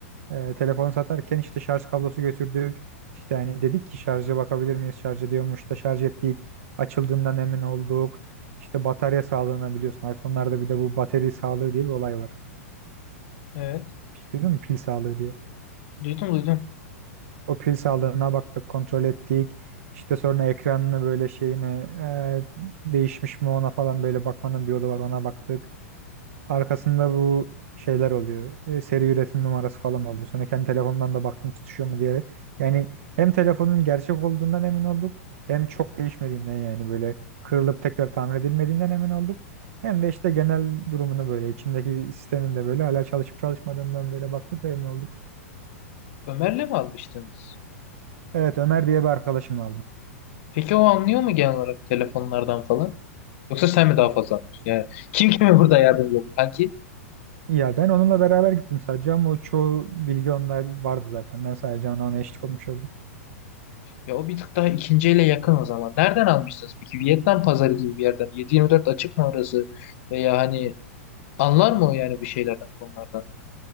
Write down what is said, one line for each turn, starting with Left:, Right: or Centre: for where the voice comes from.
Right: E, telefon satarken işte şarj kablosu götürdük. İşte hani dedik ki şarja bakabilir miyiz? Şarj ediyormuş İşte şarj ettik. Açıldığından emin olduk. İşte batarya sağlığına biliyorsun. iPhone'larda bir de bu batarya sağlığı diye bir olay var.
Left: Evet.
Right: Hiç duydun mu? Pil sağlığı diye.
Left: Duydum duydum.
Right: O pil sağlığına baktık, kontrol ettik. İşte sonra ekranını böyle şeyine e, değişmiş mi ona falan böyle bakmanın bir yolu var ona baktık. Arkasında bu şeyler oluyor. E, seri üretim numarası falan oluyor. Sonra kendi telefondan da baktım tutuşuyor mu diye. Evet. Yani hem telefonun gerçek olduğundan emin olduk, hem çok değişmediğinden yani böyle kırılıp tekrar tamir edilmediğinden emin olduk. Hem de işte genel durumunu böyle içindeki sistemin de böyle hala çalışıp çalışmadığından böyle baktık ve emin olduk.
Left: Ömer'le mi almıştınız?
Right: Evet Ömer diye bir arkadaşımla aldım.
Left: Peki o anlıyor mu genel olarak telefonlardan falan? Yoksa sen mi daha fazla anlıyorsun? Yani kim kime <laughs> burada yardımcı oldu kanki?
Right: Ya ben onunla beraber gittim sadece ama o çoğu bilgi onda vardı zaten. Ben sadece ona ona eşlik olmuş oldum.
Left: Ya o bir tık daha ikinci yakın o zaman. Nereden almışsınız peki? Vietnam pazarı gibi bir yerden. 7-24 açık mı orası? Veya hani anlar mı o yani bu şeylerden konulardan?